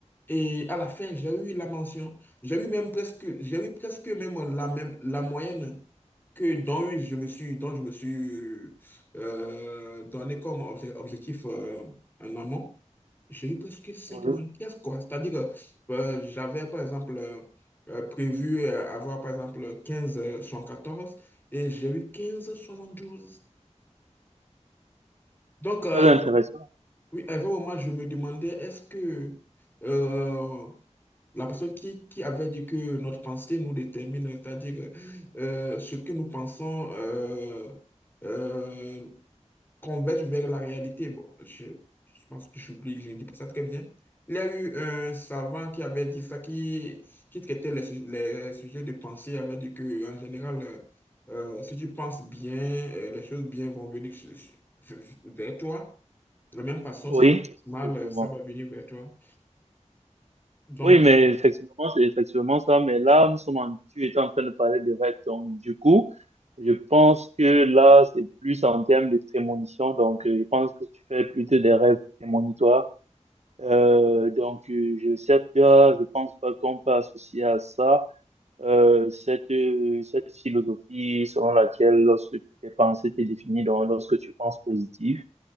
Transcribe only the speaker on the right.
Oui.
Très intéressant.
Oui,
effectivement.
Oui, mais effectivement, c'est effectivement ça. Mais là, nous sommes en, tu étais en train de parler des règles. Donc, du coup, je pense que là, c'est plus en termes de prémonition. Donc, euh, je pense que tu fais plutôt des rêves prémonitoires. Euh, donc, euh, je sais pas, je pense pas qu'on peut associer à ça euh, cette, euh, cette philosophie selon laquelle lorsque tes pensées t'es définies, donc lorsque tu penses positif,